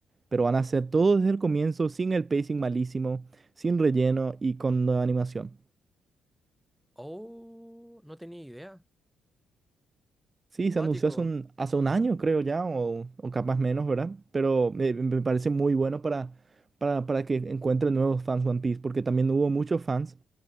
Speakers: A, on the right; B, in the centre.
A: Pero van a hacer todo desde el comienzo, sin el pacing malísimo, sin relleno y con nueva animación.
B: Oh, no tenía idea.
A: Sí,
B: Cuático.
A: se anunció hace un, hace un año, creo ya, o, o capaz menos, ¿verdad? Pero me, me parece muy bueno para, para, para que encuentren nuevos fans One Piece, porque también hubo muchos fans.